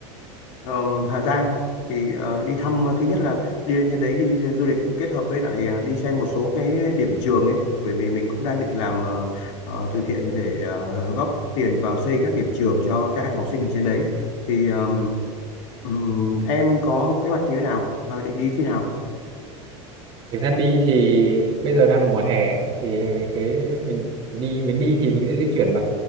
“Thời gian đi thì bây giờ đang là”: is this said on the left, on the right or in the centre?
Right